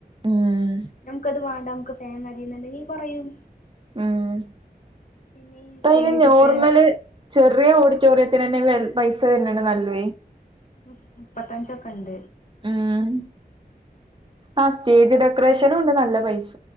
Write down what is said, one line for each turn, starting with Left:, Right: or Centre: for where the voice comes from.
Right: ഉം
Left: നമുക്കത് വേണ്ട നമുക്ക് ഫാൻ മതിയുന്നുണ്ടെ നീ കുറയും
Right: ഉമ്
Left: പിന്നെ ഈ
Right: ഇപ്പ
Left: സ്റ്റേജിത്തെ
Right: അയ്ന് നോർമല് ചെറിയ ഓഡിറ്റോറിയത്തിന് തന്നെ പൈസ വേ വര്ന്നണ്ട് നല്ല
Left: ഉമ് മുപത്തഞ്ച കണ്ട
Right: ഉമ് ആഹ് സ്റ്റേജ് ഡെക്കറേഷനും ഉണ്ട് നല്ല പൈസ